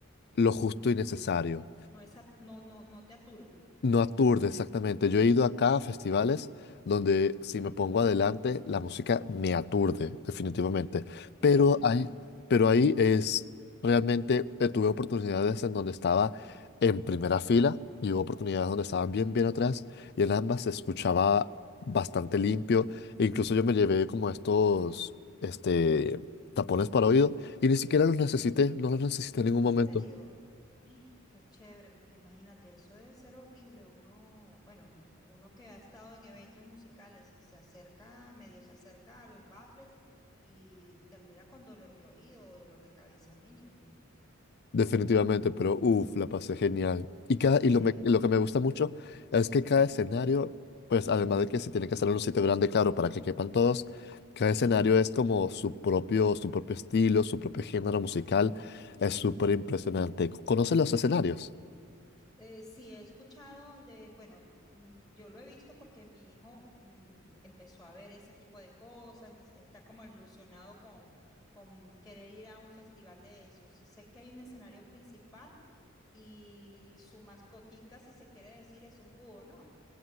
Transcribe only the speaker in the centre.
no es, a- no, no, no te aturde.
Hmm, qué
peligro.
En
serio. <gasps> ¡Ay! Qué chévere, porque imagínate, eso debe ser horrible. Uno, bueno, uno que ha estado en eventos musicales y se acerca, medio se acerca a los baffles y termina con dolor de oído o dolor de cabeza mínimo.
Qué
bien.
Eh, sí, he escuchado de, bueno, mm, yo lo he visto porque mi hijo mm, empezó a ver ese tipo de cosas y s- está como ilusionado con, con querer ir a un festival de eso. Sí sé que hay un escenario principal y su mascotica, si se quiere decir, es un búho, ¿no?